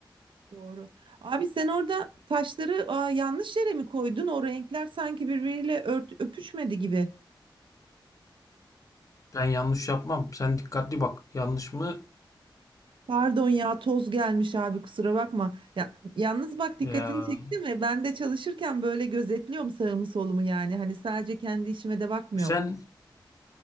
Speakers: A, on the right; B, on the left.
A: Doğru. Abi sen orada taşları aa, yanlış yere mi koydun? O renkler sanki birbiriyle ört, öpüşmedi gibi.
B: Ben yanlış yapmam. Sen dikkatli bak. Yanlış mı?
A: Pardon ya toz gelmiş abi kusura bakma. Ya, yalnız bak dikkatini
B: Ya.
A: çekti mi? Ben de çalışırken böyle gözetliyorum sağımı solumu yani. Hani sadece kendi işime de bakmıyorum.
B: Sen